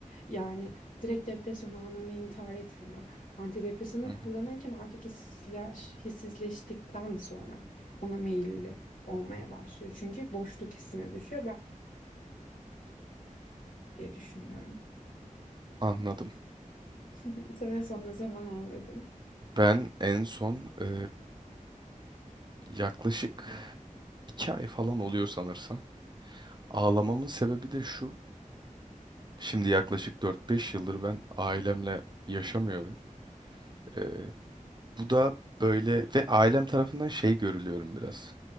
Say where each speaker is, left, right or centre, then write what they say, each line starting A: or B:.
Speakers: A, on the left (about 80°); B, on the right (about 35°).
A: Yani direkt depresyon anında intihar etmiyor. Antidepresanı
B: Hı hı.
A: kullanırken artık hissizleş, hissizleştikten sonra ona meyilli olmaya başlıyor. Çünkü boşluk hissine düşüyor ben diye düşünüyorum.
B: Anladım.
A: <laughs> Sen en son ne zaman ağladın?
B: Ben en son e, yaklaşık iki ay falan oluyor sanırsam. Ağlamamın sebebi de şu. Şimdi yaklaşık dört beş yıldır ben ailemle yaşamıyorum. E, bu da böyle ve ailem tarafından şey görülüyorum biraz.